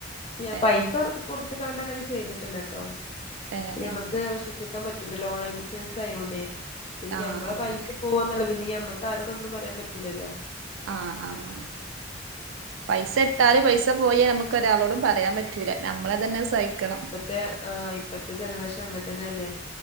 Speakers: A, on the left; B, on the right.
A: ഞാൻ
B: ഏഹ്
A: പൈസ എർകി കൊടുത്തണ്ട്ങ്ങനെ ചെയ്തിട്ടില്ലട്ടോ.
B: ഏഹ്
A: ഞ്അമ്മ്ക്ക്
B: ഏഹ്
A: വിശ്വസിക്കാൻ പറ്റൂല്ലല്ലോ ഓൺലൈൻ ബിസിനസ് ആയോണ്ടേ പിന്നെ
B: ആഹ്
A: ഞമ്മളെ
B: ആഹ്
A: പൈസ പോവാന്നല്ല പിന്നെ ഞമ്മക്ക് ആരോടൊന്നും പറയാൻ പറ്റൂലല്ലോ?
B: ആഹ് ആഹ് പൈസ ഇട്ടാല് പൈസ പോയി അമ്മ്ക്ക് ഒരാളോടും പറയാപറ്റൂല നമ്മളെ തന്നെ സഹിക്കണം.
A: തേ ആ ഇപ്പഴത്തെ ജനറേഷൻ അങ്ങൻതന്നെ അല്ലേ